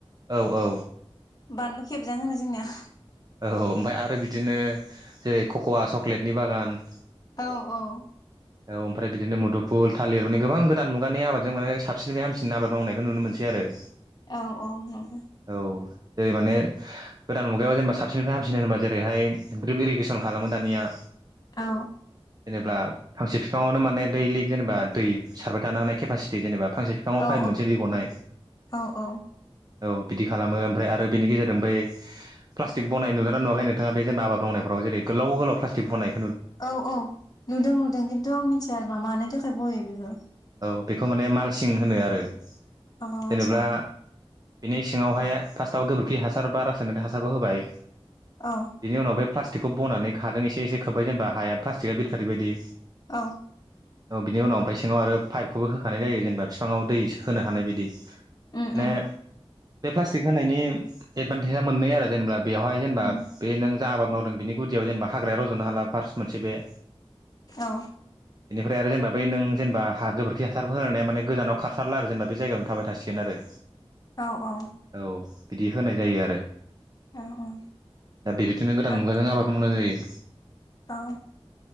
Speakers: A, on the right; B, on the left.
A: औ औ
B: बानलु खेबजां होनो जोंनिया
A: औ ओमफ्राय आरो बिदिनो जेरै कक'वा चक्लेटनि बागान
B: औ औ।
A: औ ओमफ्राय बिदिनो मुदुफुल थालिर माने गोबां गोदान मुगानि आबादजों माने साबसिननिफ्राय हामसिन आबाद मावनायखौ नुनो मोनसै आरो।
B: औ औ नंगौ।
A: औ जेरै माने गोदान मुगायाव जेनेबा साबसिननिफ्राय हामसिन होनबा जेरैहाय रिबिरि इरिगेसन खालामो दानिया।
B: औ।
A: जेनेबा फांसे बिफाङावनो माने दैलिक जेनेबा दै सारबाय थानो हानाय केपासिटि जेनेबा फांसे बिफाङाव
B: औ
A: पाइप मोनसे दै गनाय
B: औ औ
A: औ बिदि खालामो ओमफ्राय आरो बेनि गेजेरजों बै प्लासटिक बनाय नुदोंना नुवाखै नोंथांङा बे जेनेबा आबाद मावनायाव जेरै गोलाव गोलाव प्लास्टिक बनाय।
B: औ औ नुदों नुदों खिन्थु आं मिथिया आरो ना मानि थाखाय बयो बेखौ।
A: औ बेखौ माने मालसिं होनो आरो।
B: औ आतसा
A: जेनेबा बिनि सिङावहाय फार्स्टआव गोबोरखि हासार बा रासायनिक हासारखौ होबाय
B: औ
A: बिनि उनावह प्लास्टिकखौ बनानै हाजों एसे एसे खोब्बाय जेनेबा हाया प्लास्टिकआ बिरखारै बायदि।
B: औ।
A: बिनि उनाव ओमफ्राय सिङाव आरो पाइपखौबो होखानाय जायो जेनेबा बिफाङाव दै होनो हानाय बायदि। माने
B: उम उम
A: बे प्लास्टिक होनायनि एदभान्टेजा मोननै आरो जेनेबा। बेवहाय जेनेबा
B: उम
A: बे नों जा आबाद मावदों बिनि गुदियाव जेनेबा हाग्राया रज'नो हाला फार्स्ट मोनसे बे।
B: औ।
A: बेनिफ्राय आरो जेनेबा बै नों जेनेबा हा गोबोरखि हासारफोर होनाया माने गोजानाव खारसारला आरो जेनेबा बे जायगायावनो थाबाय थासिगोन आरो।
B: औ औ।
A: औ बिदि होनाय जायो आरो
B: औ
A: दा बेबायदिनो गोदान
B: आ
A: मुगाजों आबाद मावनाय जायो।
B: औ